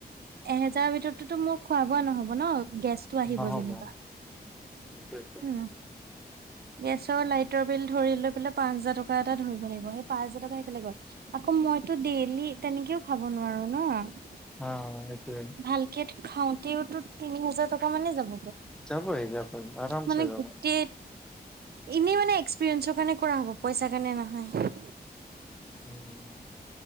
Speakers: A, on the right; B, in the centre.
A: এহেজাৰ ভিতৰতো মোক খোৱা বোৱা নহ'ব ন গেছটো আহিব
B: নহ'ব।
A: যেনিবা,
B: অ সেইটোৱে
A: উম। গেছৰ লাইটৰ বিল ধৰি লৈ পেলাই পাঁচ হাজাৰ টকা এটা ধৰিব লাগিব সেই পাঁচ হাজাৰ টকা সেইফালে গ'ল আকৌ মইতো ডেইলি তেনেকেও খাব নোৱাৰো ন
B: অ সেইটোৱেই
A: ভালকে খাওঁতেওতো তিনি হাজাৰ টকা মানে যাব।
B: যাবই যাবই আৰামছে
A: মানে
B: যাব।
A: গোটেই এনেই মানে এক্সপিৰিয়েঞ্চৰ কাৰণে কৰা হ'ব পইচা কাৰণে নহয়।
B: উম।